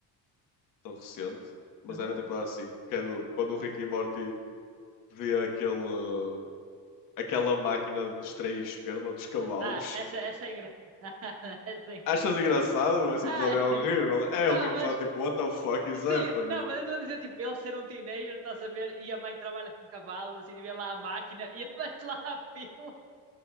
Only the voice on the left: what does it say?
tão recente, mas
é na temporada 5 que é do, quando o Rick e Morty vê aquele, uh, aquela máquina de extrair esperma dos cavalos.
<laughs>
Achas engraçado, mas esse
episódio é horrível. É
outro episódio
tipo, what the fuck is
happening?